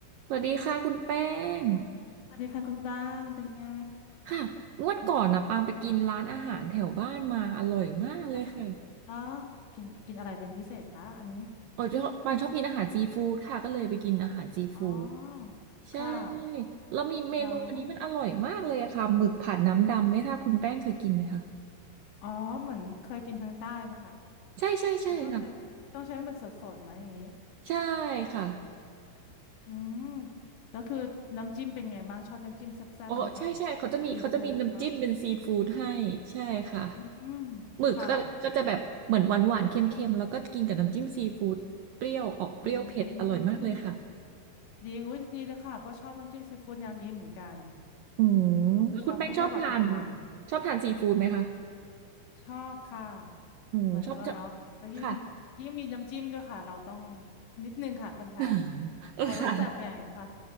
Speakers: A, on the right (about 75°); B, on the left (about 70°).
A: สวัสดีค่ะคุณแป้ง
B: สวัสดีค่ะคุณปรางเป็นไง
A: ค่ะงวดก่อนนะปางไปกินร้านอาหารแถวบ้านมาอร่อยมากเลยค่ะ
B: ล่ะค่ะแล้วกินกินอะไรเป็นพิเศษคะอันนี้
A: เออชอบปางชอบกินอาหารซีฟู้ดค่ะก็เลยไปกินอาหารซีฟู้ด
B: อ๋อ
A: ใช่
B: ค่ะ
A: แล้วมีเมนูอันนี้มันอร่อยมากเลยอะค่ะหมึกผัดน้ำดำไม่ทราบคุณแป้งเคยกินไหมคะ
B: แล้วอ๋อเหมือนเคยกินทางใต้ไหมคะ
A: ใช่ใช่ใช่ค่ะ
B: มันต้องใช้ต้องใช้หมึกสดๆไหมอย่างนี้
A: ใช่ค่ะ
B: อืมแล้วคือน้ำจิ้มเป็นไงบ้างชอบน้ำจิ้มแซ่บๆไหมคะ
A: โอ้ใช่ใช่เขาจะมีเขาจะมีน้ำจิ้มเป็นซีฟู้ดให้ใช่ค่ะ
B: ซีฟู้ดเนาะอืม
A: หมึกก็ก็จะแบบเหมือนหวานหวานเค็มๆแล้วก็กินกับน้ำจิ้มซีฟู้ดเปรี้ยวออกเปรี้ยวเผ็ดอร่อยมากเลยค่ะ
B: ค่ะอืมดีอุ้ยดีเลยค่ะเพราะชอบน้ำจิ้มซีฟู้ดแนวนี้เหมือนกัน
A: อืมแล้วคุณแป้งชอบทาน
B: ผมไม่ชอบไม่ชอบแบบติดหวาน
A: ชอบทานซีฟู้ดไหมคะ
B: ชอบค่ะ
A: อืมชอบชอบ
B: มันก็เนาะแล้วยิ่ง
A: ค่ะ
B: ยิ่งมีน้ำจิ้มด้วยค่ะ เราต้องนิดนึงค่ะคนไทย
A: <laughs> เออค่ะ
B: ขอรสจัดหน่อยค่ะ